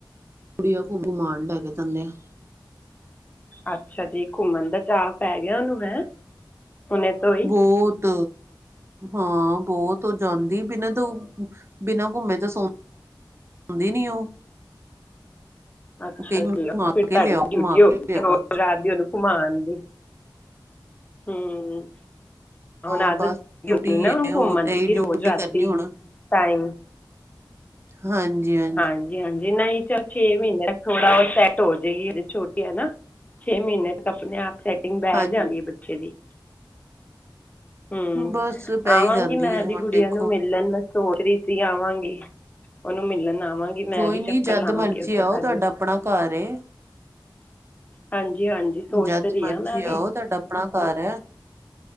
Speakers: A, on the right; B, on the left.
A: ਗੁੜੀਆਂ ਕੋ ਗੁਮਾਣ ਲੈ ਕੇ ਜਾਣੇ ਆ।
B: ਅੱਛਾ ਜੀ ਘੁੰਮਣ ਦਾ ਚਾਅ ਪੈ ਗਿਆ ਉਹਨੂੰ ਹੈ, ਹੁਣੇ ਤੋਂ ਈ।
A: ਬਹੁਤ। ਹਾਂ ਬਹੁਤ ਉਹ ਜਾਂਦੀ ਬਿਨਾਂ ਤੋਂ ਬਿਨਾਂ ਘੁੰਮੇ ਤਾਂ ਸੋ ਸੌਦੀ ਨੀ ਉਹ।
B: ਅੱਛਾ
A: ਕਈ
B: ਜੀ,
A: ਮੈਨੂੰ ਘੁਮਾ
B: ਫਿਰ ਤੁਹਾਡੀ
A: ਕੇ ਲਿਆਓ
B: ਡਿਊਟੀ
A: ਘੁਮਾ
B: ਹੋ
A: ਕੇ
B: ਗਈ
A: ਲਿਆਓ
B: ਹੋਰ।
A: ਬਸ
B: ਰਾਤ ਦੀ ਉਹਨੂੰ ਘੁਮਾਣ ਦੀ, ਹੂੰ। ਹੁਣ
A: ਹਾਂ
B: ਆਦਤ
A: ਬਸ
B: ਹੋ
A: ਡਿਊਟੀ
B: ਗਈ ਹੁਣੀ ਨਾ
A: ਹੈ
B: ਹੁਣ ਘੁੰਮਣ
A: ਉਹ ਇਹੀ
B: ਦੀ ਰੋਜ਼
A: ਡਿਊਟੀ
B: ਰਾਤੀ
A: ਕਰਨੀ ਹੁਣ
B: ਟਾਈਮ
A: ਹਾਂਜੀ ਹਾਂਜੀ।
B: ਹਾਂਜੀ ਹਾਂਜੀ, ਨਹੀਂ ਚਲ ਛੇ ਮਹੀਨੇ ਥੋੜ੍ਹਾ ਉਹ ਸੈੱਟ ਹੋ ਜਾਏਗੀ ਹਜੇ ਛੋਟੀ ਆ ਨਾ। ਛੇ ਮਹੀਨੇ ਤੱਕ ਆਪਣੇ ਆਪ ਸੈਟਿੰਗ ਬਹਿ
A: ਹਾਂਜੀ
B: ਜਾਂਦੀ ਆ ਬੱਚੇ ਦੀ। ਹੂੰ,
A: ਬਸ ਪੈ
B: ਆਵਾਂਗੀ
A: ਹੀ ਜਾਂਦੀ
B: ਮੈਂ
A: ਹੈ
B: ਵੀ
A: ਹੁਣ
B: ਗੁਡੀਆਂ
A: ਦੇਖੋ
B: ਨੂੰ ਮਿਲਣ। ਸੋਚ ਰਹੀ ਸੀ ਆਵਾਂਗੀ, ਉਹਨੂੰ ਮਿਲਣ। ਆਵਾਂਗੀ ਮੈਂ
A: ਕੋਈ
B: ਵੀ
A: ਨੀ
B: ਚੱਕਰ
A: ਜਦ
B: ਲਾਵਾਂਗੀ
A: ਮਰਜ਼ੀ
B: ਉੱਧਰ
A: ਆਓ
B: ਤੁਹਾਡੇ
A: ਤੁਹਾਡਾ ਆਪਣਾ ਘਰ ਏ।
B: ਹਾਂਜੀ ਹਾਂਜੀ। ਸੋਚ
A: ਜਦ
B: ਤਾਂ ਰਹੀ
A: ਮਰਜ਼ੀ
B: ਹਾਂ ਮੈਂ ਵੀ
A: ਆਓ ਤੁਹਾਡਾ ਆਪਣਾ ਘਰ ਐ।